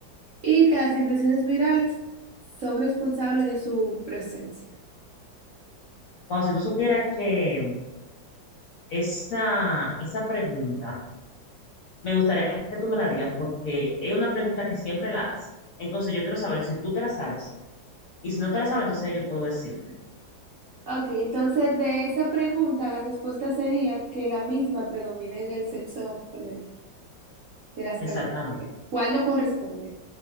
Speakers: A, on the right; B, on the left.
A: y que las infecciones virales son responsables de su presencia.
B: Bueno, si tú supieras que esa, esa pregunta Me gustaría que tú me la digas porque es una pregunta que siempre la hace. Entonces yo quiero saber si tú te la sabes. Y si no te la sabes, entonces yo puedo decirte.
A: Ok, entonces de esa pregunta la respuesta sería que la misma predomina en el sexo femenino. de las
B: Exactamente,
A: cavidades, ¿cuál no corresponde?